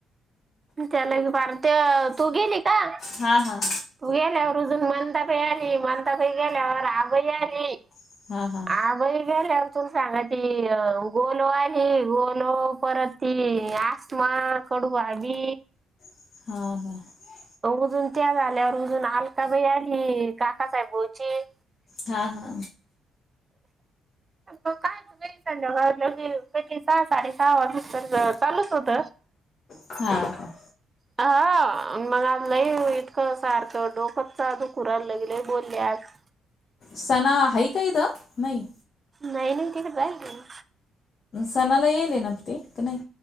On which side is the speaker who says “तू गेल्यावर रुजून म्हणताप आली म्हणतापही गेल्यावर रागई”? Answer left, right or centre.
Right